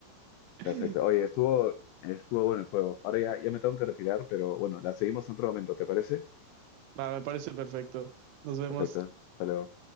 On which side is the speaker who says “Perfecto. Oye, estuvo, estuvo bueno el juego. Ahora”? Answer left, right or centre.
Left